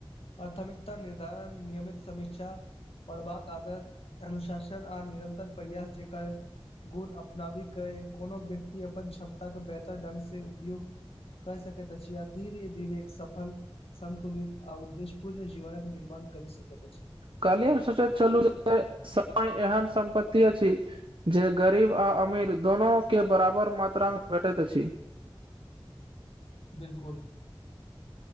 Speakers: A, on the left (about 90°); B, on the right (about 60°).
A: प्राथमिकता निर्धारण नियमित समीक्षा पढ़बाक आदत अनुशासन आ निरन्तर प्रयास जेकर गुण अपनाबी क कोनो व्यक्ति अपन क्षमता के बेहतर ढंग से उपयोग। कहि सकैत त छियै आब धीरे। धर एक सफल सन्तुलित आ उद्देश पूर्ण जीवनक निर्माण करे सकैत अछि।
B: कली हम सोचैत छलू जे समय एहन सम्प्ति अछि। जे गरीब आ अमीर दोनोके बराबर मात्रामे भेटैत अछि।
A: बिलकुल।